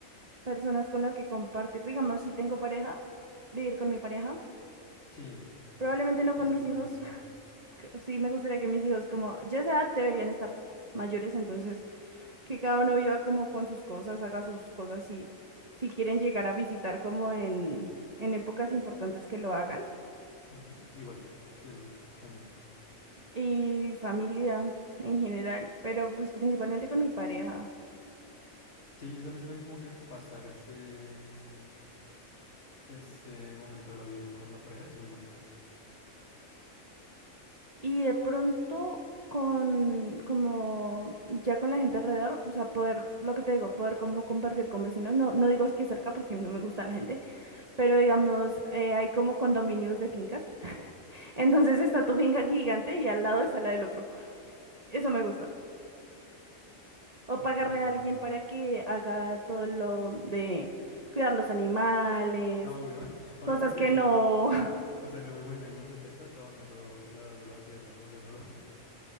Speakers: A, on the right; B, on the left.
A: personas con las que compartir. Digamos, si tengo pareja, vivir con mi pareja.
B: Sí,
A: Probablemente no
B: eso
A: con mis
B: también.
A: hijos. <laughs> que Sí, me gustaría que mis hijos como ya a esa edad deberían estar mayores, entonces que cada uno viva como con sus cosas, haga sus cosas y si quieren llegar a visitar como en, en épocas importantes que lo hagan
B: Ujú, Igual, sí, eso también.
A: y familia en general, pero pues principalmente con mi pareja.
B: Sí, yo también siento que como que pasar ese, mm, ese momento de la vida con la pareja es muy bonito.
A: Y de pronto con, como ya con la gente alrededor, o sea, poder, lo que te digo, poder como compartir con vecinos, no, no digo es que cerca porque no me gusta la gente, pero digamos, eh, hay como condominios de fincas, <laughs> entonces está tu finca gigante y al lado está la del otro, eso me gusta. O
B: Ok,
A: pagarle a alguien para que haga todo lo de cuidar los animales,
B: no, obvio, <laughs> obvio
A: cosas
B: porque
A: que
B: ya,
A: no,
B: <laughs> o sea, no me imagino en los 70 trabajando, labrando la tierra, o sea, no lo, <laughs>